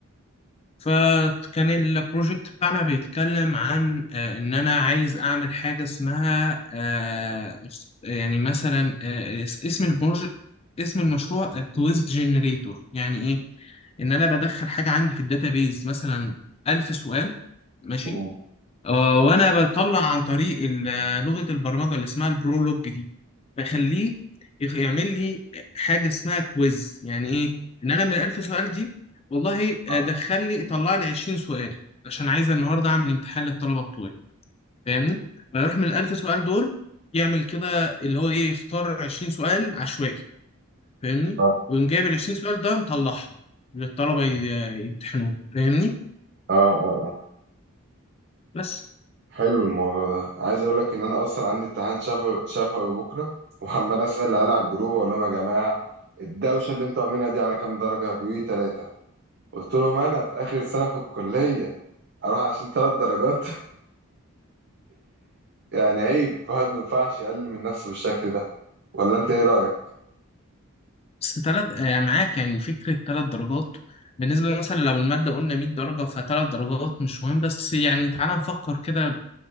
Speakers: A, on the left; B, on the right.
A: فكان البروجكت بتاعنا بيتكلم عن آه، ان انا عايز اعمل حاجة اسمها آه، يعني مثلا آه، اس- اسم البروجكت اسم المشروع كويز جنريتور يعني ايه ان انا بدخل حاجة عندي في الداتابيز مثلا ألف سؤال ماشي
B: مم.
A: آه، وانا بطلع عن طريق ال- لغه البرمجه اللي اسمها البرولوج دي بخليه يخ- يعمل لي حاجه اسمها كويز يعني ايه ان انا من 1000 سؤال دي والله
B: اه
A: آه، دخل لي طلع لي 20 سؤال عشان عايز النهارده اعمل امتحان للطلبه بتوعي فاهمني فيروح من ال 1000 سؤال دول يعمل كده اللي هو ايه يختار 20 سؤال عشوائي فاهمني
B: اه
A: ويقوم جايب ال 20 سؤال ده مطلعهم للطلبه ي- يمتحنوه فاهمني
B: اه اه
A: بس
B: حلو الموضوع ده عايز اقول لك ان انا اصلا عندي امتحان شفوي شفوي بكرة وعمال اسأل العيال على الجروب اقول لهم يا جماعة الدوشة اللي انتوا عاملينها دي على كام درجة؟ بيقولوا لي تلاتة قلت لهم انا في اخر سنة في الكلية اروح عشان تلات درجات يعني عيب الواحد ما ينفعش يقلل من نفسه بالشكل ده ولا انت ايه رأيك
A: بس تلات آه، معاك يعني فكرة تلات درجات بالنسبة مثلا لو المادة قلنا 100 درجة فتلات درجات مش مهم بس يعني تعالى نفكر كده